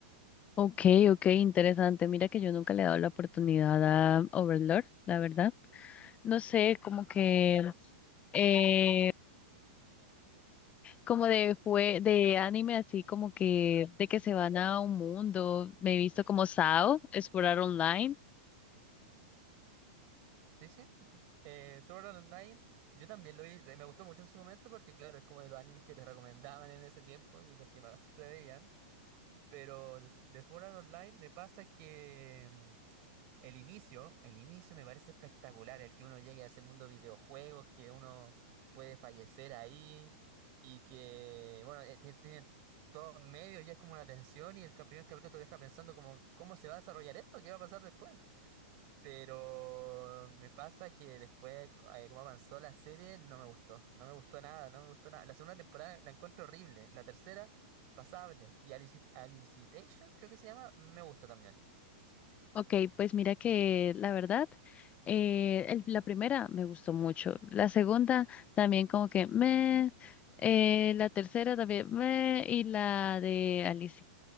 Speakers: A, on the left; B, on the right.
A: Ok, ok, interesante. Mira que yo nunca le he dado la oportunidad a Overlord, la verdad. No sé, como que, eh, como de jue de anime así, como que de que se van a un mundo. Me he visto como Sao, explorar online.
B: Sí, sí, co- co- eh, Sword Art Online, yo también lo vi, me gustó mucho en su momento porque claro, es como de los animes que te recomendaban en ese tiempo y los que más se veían, pero de, s- de Sword Art Online me pasa que mm, el inicio, el inicio me parece espectacular, el que uno llegue a ese mundo de videojuegos, que uno puede fallecer ahí y que, bueno, eh, ti- tienen todo en medio y es como una tensión y el ca- primer capítulo te deja pensando como, ¿cómo se va a desarrollar esto? ¿Qué va a pasar después? Pero me pasa que después, eh, como avanzó la serie, no me gustó. No me gustó nada, no me gustó nada. La segunda temporada la encuentro horrible. La tercera, pasable. Y Alicit- Alicitation, creo que se llama, me gusta también.
A: Ok, pues mira que la verdad, eh, el- la primera me gustó mucho, la segunda también como que me, eh, la tercera también me, y la de Alicia